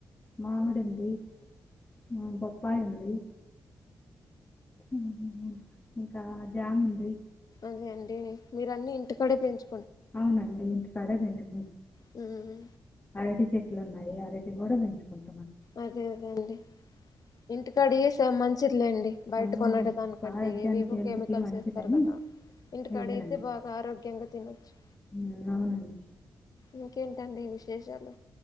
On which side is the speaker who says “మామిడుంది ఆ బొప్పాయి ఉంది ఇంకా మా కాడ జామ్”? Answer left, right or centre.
Left